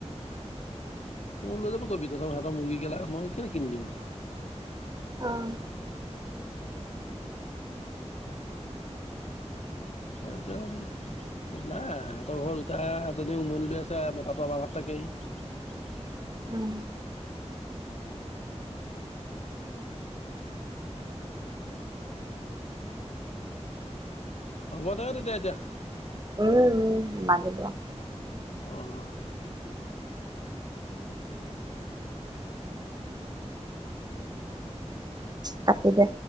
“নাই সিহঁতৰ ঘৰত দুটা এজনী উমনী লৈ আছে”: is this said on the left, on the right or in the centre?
Left